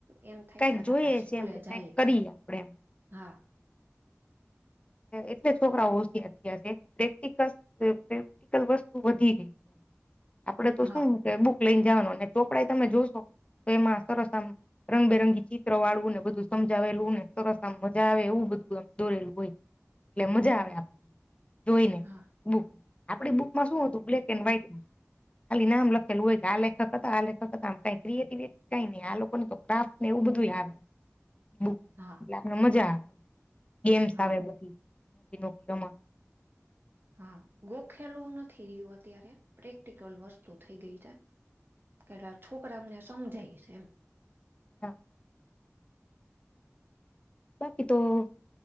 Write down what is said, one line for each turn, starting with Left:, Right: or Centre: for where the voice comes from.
Right: એમ થાય
Left: કઈક
Right: છે કે
Left: જોઈએ
Right: આપણેે સ્કૂલે
Left: છે એમ કે
Right: જઈએ
Left: કઈક કરીએ આપડે એમ
Right: હા
Left: એટલે છોકરાઓ હોશિયાર થયા છે પ્રેક્ટિકલ પ્રેક્ટિકલ વસ્તુ વધી ગઈ આપડે તો
Right: હા
Left: શું કે બુક લઈને જવાનું અને ચોપડાાઈ તમે જોશો તો એ માસ રસ રંગબેરંગી ચિત્ર વાળું ને બધું સમજાવેલું ને સરસ આમ મજા આવે એવું બધું દોરેલું હોય એટલે મજા આવે આપ જોઈને
Right: હા
Left: બુક આપડી બુકમાં શું હતું તો બ્લેક એન્ડ વ્હાઈટ ખાલી નામ લખેલું હોય કે આ લેખક હતા આ લેખક હતામ કઈ ક્રિએટિવિટી કઈ નહી આ લોકોને તો ક્રાફ્ટ ને એવું બધું આવ <unintelligible>
Right: હા
Left: ને મજા આવે ગેમ્સ
Right: હા
Left: આવે બધી ન ની રમ <unintelligible>
Right: હા ગોખેલવું નથી રહ્યું અત્યારે પ્રેક્ટિકલ વસ્તુ થઈ ગઈ છે કેટ છોકરા અમને સમજાય છે એમ
Left: હા <unintelligible> બાકી તો <unintelligible>